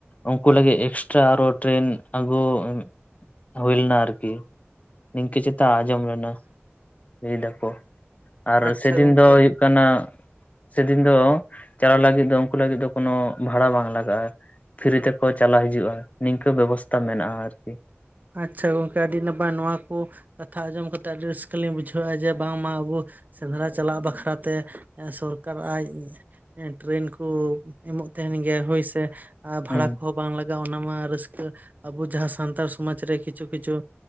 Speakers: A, on the left; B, on the right.
A: ᱩᱱᱠᱩ ᱞᱟᱹᱜᱤᱫ ᱮᱠᱥᱴᱨᱟ ᱟᱨ ᱦᱚᱸ ᱴᱨᱮᱱ ᱟᱹᱜᱩ ᱩᱸᱜ ᱦᱩᱭᱞᱮᱱᱟ ᱟᱨᱠᱤ ᱱᱤᱝᱠᱟᱹ ᱪᱮᱛᱟᱱ ᱟᱸᱡᱚᱢ ᱞᱮᱱᱟ ᱞᱟᱹᱭ ᱫᱟᱠᱚ ᱟᱨ
B: ᱟᱪᱪᱷᱟ
A: ᱥᱮᱫᱤᱱ
B: ᱜᱚᱝᱠᱮ
A: ᱫᱚ ᱠᱟᱱᱟ ᱥᱮᱫᱤᱱ ᱫᱚ ᱪᱟᱞᱟᱣ ᱞᱟᱹᱜᱤᱫ ᱫᱚ ᱩᱱᱠᱩ ᱞᱟᱹᱜᱤᱫ ᱫᱚ ᱠᱳᱱᱳ ᱵᱷᱟᱲᱟ ᱵᱟᱝ ᱞᱟᱜᱟᱜᱼᱟ ᱯᱷᱤᱨᱤ ᱛᱮᱠᱚ ᱪᱟᱞᱟᱣ ᱦᱤᱡᱩᱜᱼᱟ ᱱᱤᱝᱠᱟᱹ ᱵᱮᱵᱚᱥᱛᱷᱟ ᱢᱮᱱᱟᱜᱼᱟ ᱟᱨᱠᱤ
B: ᱟᱪ ᱪᱷᱟ ᱜᱚᱝᱠᱮ ᱟᱹᱰᱤ ᱱᱟᱯᱟᱭ ᱱᱚᱣᱟ ᱠᱚ ᱠᱟᱛᱷᱟ ᱟᱸᱡᱚᱢ ᱠᱟ ᱠᱟᱛᱮᱜ ᱟᱹᱰᱤ ᱨᱟᱹᱥᱠᱟᱹᱞᱤᱧ ᱵᱩᱡᱷᱟᱹᱣᱮᱫ-ᱟ ᱡᱮ ᱵᱟᱝᱢᱟ ᱟᱵᱚ ᱥᱮᱸᱫᱽᱨᱟ ᱪᱟᱞᱟᱜ ᱵᱟᱠᱷᱨᱟᱛᱮ ᱥᱚᱨᱠᱟᱨ ᱟᱡ ᱴᱮᱨᱮᱱ ᱠᱚ ᱮᱢᱚᱜ ᱛᱟᱦᱮᱸᱱ ᱜᱮᱭᱟ ᱦᱳᱭ ᱥᱮ ᱟᱨ ᱵᱷᱟᱲᱟ
A: ᱦᱩᱸ
B: ᱠᱚᱦᱚᱸ ᱵᱟᱝ ᱞᱟᱜᱟᱜᱼᱟ ᱚᱱᱟᱢᱟ ᱨᱟᱹᱥᱠᱟᱹ ᱟᱵᱚ ᱡᱟᱦᱟᱸ ᱥᱟᱱᱛᱟᱲ ᱥᱚᱢᱟᱡᱽ ᱨᱮ ᱠᱤᱪᱷᱩ ᱠᱤᱪᱷᱩ